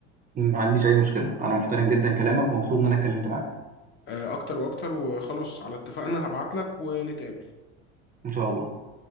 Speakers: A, on the right; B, on the left.
A: ما عنديش اي مشكله انا محترم جدا كلامك ومبسوط ان انا اتكلمت معاك
B: آه، اكتر واكتر وخلاص على اتفاقنا هبعت لك ونتقابل
A: ان شاء الله